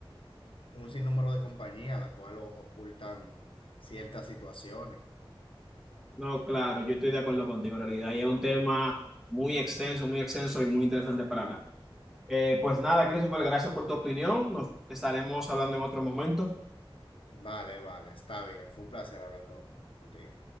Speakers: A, on the left; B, in the centre.
A: un sinnúmero de compañías a la cual o- ocultan ciertas situaciones.
B: No, claro, yo estoy de acuerdo contigo en realidad. Y es un tema muy extenso, muy extenso y muy interesante para hablar. Eh, pues nada, Christopher, gracias por tu opinión. Nos estaremos hablando en otro momento.
A: Vale, vale, está bien. Fue un placer hablar con- contigo.